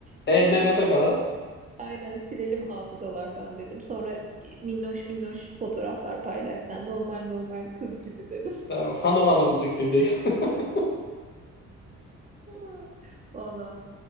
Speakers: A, on the right; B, on the left.
A: Bir
B: E, evlenene
A: böyle
B: kadar.
A: aynen silelim hafızalardan dedim. Sonra minnoş minnoş fotoğraflar paylaşsan normal normal kız gibi dedim.
B: Tamam, hanım hanımcık diyeceksin. <laughs>
A: <laughs> Valla.